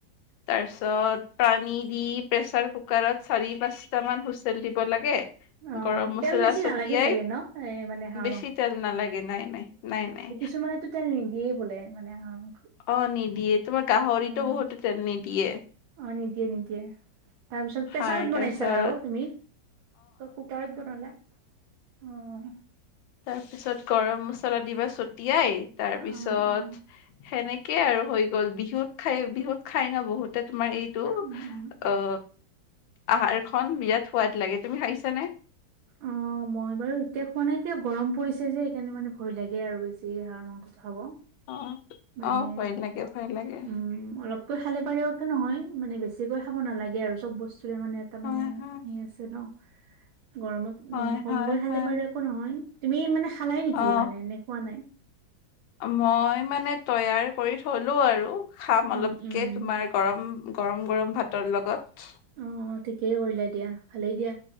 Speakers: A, on the left (about 75°); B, on the right (about 85°).
A: তাৰপিছত পানী দি প্ৰেচাৰ কুকাৰত চাৰি পাঁচ। কইটামান হুইচেল দিব লাগে।
B: অ',
A: গৰম মছলা
B: তেল বেছি
A: ছটিয়াই
B: নালাগে চাগে ন এ মানে হাঁহৰ
A: বেছি তেল নালাগে নাই নাই নাই নাই।
B: কিছুমানে তেল নিদিয়েই বোলে মানে। মাংসত
A: অ নিদিয়ে তোমাৰ গাহৰিতো
B: অ'।
A: বহুতে তেল নিদিয়ে।
B: অ নিদিয়ে নিদয়ে। তাৰপিছত প্ৰেছাৰত
A: হয় তাৰপিছত
B: বনাইছা আৰু তুমি কুকাৰত বনালা। অ',
A: তাৰপিছত গৰম মছলা দিবা চট। তিয়াই তাৰ
B: অ',
A: পিছত
B: অ',
A: সেনেকে আৰু হৈ। গ'ল বিহুত খাই বিহুত খাই নহ বহুতে তোমাৰ এইটো
B: উম উম।
A: অ। আহাৰ খন বিৰাট সোৱাদ লাগে তুমি খাইছানে।
B: অ মই বাৰু এতিয়া খোৱা নাই এতিয়া গৰম পৰিছে। যে এইকাৰণে মানে ভয় লাগে আৰু বেছি হাঁহ মাংসটো খাব।
A: অ
B: মানে
A: অ ভয় লাগে ভয় লাগে
B: উম অলপ। খালে পাৰও একে নহয় মানে বেছিকৈ খাব নালাগে আৰু চব বস্তু। মানে এটা
A: হয়
B: মানে
A: হয়
B: সেই আছে নহ। গৰমত
A: হয়
B: উম, কমকৈ
A: হয়
B: খালে
A: হয়
B: পাৰো একো নহয় তুমি মানে খালাই নেকি
A: অ
B: মানে না খোৱা নাই।
A: মই মানে তৈয়াৰ কৰি থলো আৰু। খাম অলপকে
B: উম, উম,
A: তোমাৰ গৰম গৰম - গৰম ভাতৰ লগত।
B: অ', ঠিকেই কৰিলা দিয়া ভালেই দিয়া